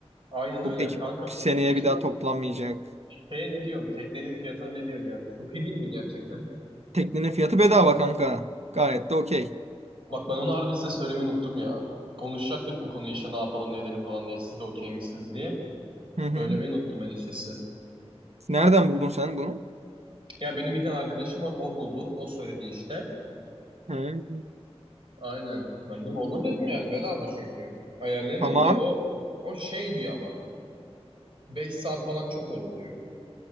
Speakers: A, on the right (about 50°); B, on the right (about 85°).
A: Aynen öyle
B: Bu ekip
A: kanka.
B: seneye
A: Peki
B: bir daha toplanmayacak.
A: şeye ne diyorsun? Teknenin fiyatına ne diyorsun yani? Çok iyi değil mi gerçekten?
B: Teknenin fiyatı bedava kanka. Gayet de okey.
A: Bak ben onu harbi size söylemeyi unuttum ya. Konuşacaktık bu konuyu işte ne yapalım ne edelim falan diye. Siz de okey misiniz diye.
B: Hı hı.
A: Söylemeyi unuttum ben işte size.
B: Nereden buldun sen bunu?
A: Ya benim bir tane arkadaşım var o buldu. O söyledi işte.
B: Hı.
A: Aynen. Ben dedim olur dedim yani bedava çünkü. Ayarlayamadım
B: Tamam.
A: da o o şey diyor ama 5 saat falan çok olur diyor.